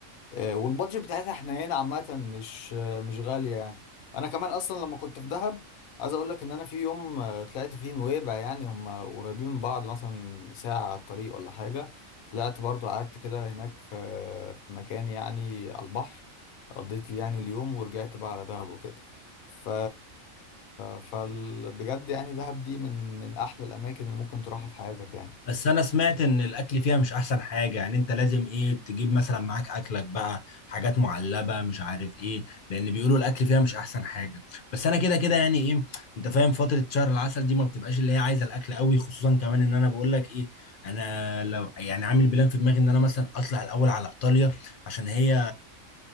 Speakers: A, on the left; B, on the left.
A: آه، والبادجت بتاعتها حنينه عامه مش آه، مش غاليه يعني انا كمان اصلا لما كنت في دهب عايز اقول لك ان انا في يوم آه، طلعت فيه نويبع يعني هم قريبين من بعض مثلا ساعه على الطريق ولا حاجه طلعت برضو قعدت كده هناك في في مكان يعني على البحر قضيت لي يعني اليوم ورجعت بقى على دهب وكده ف فال... بجد يعني دهب دي من من احلى الاماكن اللي ممكن تروحها في حياتك يعني
B: بس انا سمعت ان الاكل فيها مش احسن حاجه يعني انت لازم ايه تجيب مثلا معاك اكلك بقى حاجات معلبه مش عارف ايه لان بيقولوا الاكل فيها مش احسن حاجه بس انا كده كده يعني ايه انت فاهم فتره شهر العسل دي ما بتبقاش اللي هي عايزه الاكل قوي خصوصا كمان ان انا بقول لك ايه انا لو يعني عامل بلان في دماغي ان انا مثلا اطلع الاول على ايطاليا عشان هي